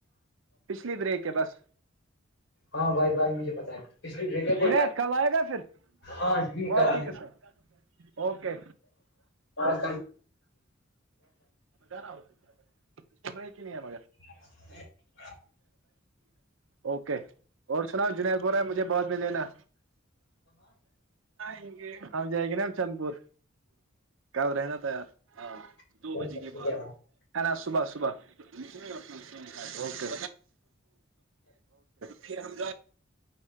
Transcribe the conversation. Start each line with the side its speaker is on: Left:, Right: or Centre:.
Right: پچھلی بریک ہے بس
Left: ہاں بھائی بھائی مجھے پت ہے پچھلی بریک ہے کوئی
Right: جنید
Left: بات
Right: کل آئے گا پھر
Left: ہاں ٹھیک
Right: ماں
Left: ہے ر
Right: کی قسم اوکے
Left: ہاں ک
Right: گا ہوتا پ نہیں ہے م
Left: ہ
Right: اوکے اور سنا جنید ب رہا ہے مجھے بہت م لینا یں گے ہم جائیں گے نا ہم چند پور کب رہنا تیار
Left: کہاں
Right: دو بجے کے بعد ہے نا صبح صبح کے اوکے پھر ہم